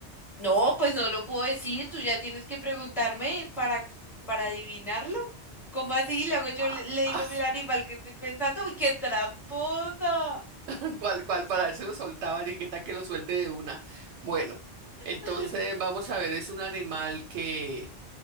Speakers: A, in the centre; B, on the right.
A: No, pues no lo puedo decir, tú ya tienes que preguntarme para, para adivinarlo. ¿Cómo así? Luego yo
B: Ah,
A: le, le digo,
B: ah,
A: mira, animal que estoy pensando, uy, qué tramposa.
B: <laughs> ¿cuál, cuál? Para ver si lo soltaba, y qué tal que lo suelte de una. Bueno, entonces
A: <laughs>
B: vamos a ver, ¿es un animal que,